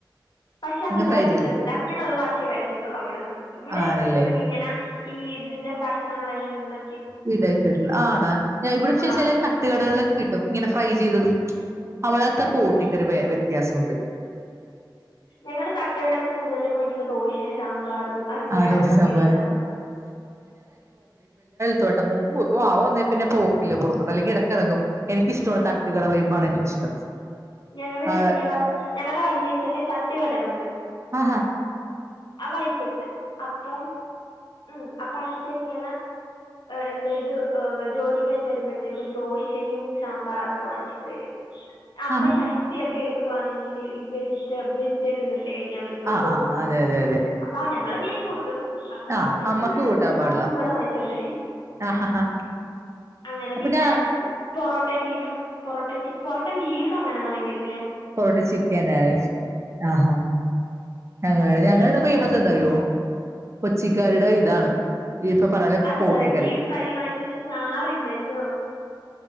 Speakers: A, on the left (about 70°); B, on the right (about 35°).
A: പക്ഷെ അത്
B: നിങ്ങൾ
A: ഇവടെ
B: ഫ്രൈ
A: കിട്ടുന്നില്ല
B: ചെയ്തില്ലേ
A: അത് ഞാൻ ഒരു പ്രശം ച്ച് കൈച്ചിട്ടുള്ള അവിട് ന്ന് ഇവിടെയൊക്കെ
B: ആണല്ലേ
A: കിട്ടുന്നെങ്കി ഇങ്ങന ഈ ഇതിന്റെ കഷ് ണങ്ങൾ എങ്ങാന്ണ്ട്
B: വിടെരുതെന്ന് ആണ് ഞാൻ ഇവടെ
A: ആ.
B: ശേ ശേലാ തട്ടുകടകളൊക്കെ കിട്ടും ഇങ്ങനെ ഫ്രൈ ചെയ്തത് അവ്ടെത്തെ
A: ഉം.
B: പോട്ടിക്കൊരു വേവ് വിത്യാസുണ്ട്
A: ഞങ്ങള് തട്ടുകടേന്ന് കൂടുതലും വാങ്ങിക്കുന്നെ ദോശേം സാമ്പാറും അതൊക്കെയ
B: ആ
A: അതൊക്കെ
B: ദോശ
A: ഭയങ്കര
B: സാമ്പാർ
A: ഇഷ്ടവാ
B: ത് ഏട്ടാ മുക്വുക്ക് വാവാ വന്നേ പിന്നെ പോക്കില്ല പൊറതട്ട് അല്ലെങ്കി എടക്കെറങ്ങും എനിക്കിഷ്ട്ടോണ് തട്ടുകട വൈബാണ് എനിക്കിഷ്ടം
A: ഞങ്ങള്
B: ആഹ്
A: മിക്കവാറും ഞങ്ങടെ വല്ല്യച്ഛന് ത ട്ട്കട ഉണ്ട്
B: അ ഹാ
A: അവയ്ക്ക് അപ്പം മ് അപ്പ അച്ഛനിങ്ങനെ എന്ദേയ്ത് ജോലിയും കഴിഞ്ഞ് വരുമ്പഴത്തേക്ക്‌ ദോശയും സാമ്പാറൊക്കെ വാങ്ങിച്ച് വരും അമ്മ
B: ആഹാ
A: ഷഷ്ഠിയൊകെ ക്ക്‌ വാണെങ്കില് വെജിറ്റേ വെജിറ്റേറിയനല്ലേ ക്കാൻ പറ്റുള്ളൂ
B: ആഹ് ആഹ് ആഹ് അതെ അതെ
A: അപ്പം ഞങ്ങൾ മീൻ കൂട്ടും അപ്പ
B: ആഹ്
A: അമ്മക്കും
B: അമ്മക്ക്
A: വാങ്ങിച്ചോണ്ടരുമ്പ
B: കൂട്ടാൻ പാടില്ല
A: നമ്മക്കും ഇവിടെ വാങ്ങിച്ചോണ്ടരും
B: ആഹാഹാ
A: അങ്ങനെ
B: അപ്പൊ
A: പിന്നെ
B: ഞാ
A: പൊറോട്ടേം ബീഫും പൊറോട്ടേ ചിക്ക പൊറോട്ടേം ബീഫ അങ്ങനെ വാങ്ങിക്കത്തി
B: പെറോട്ടേം ചിക്കനായഷ്ടം ആ ഹാ ഞങ്ങള് ഞങ്ങളെ ഫെയ്മസെന്താറിയോ കൊച്ചീക്കാരുടെ ഇതാണ് ഈ ഇപ്പൊ പറഞ്ഞപോലെ
A: അത് ന്ന്
B: പോട്ടിക്കറി
A: പറയുബീഫ് ഫ്രൈ വാങ്ങിച്ചയിഞ്ഞ ചാറില്ലല്ലോ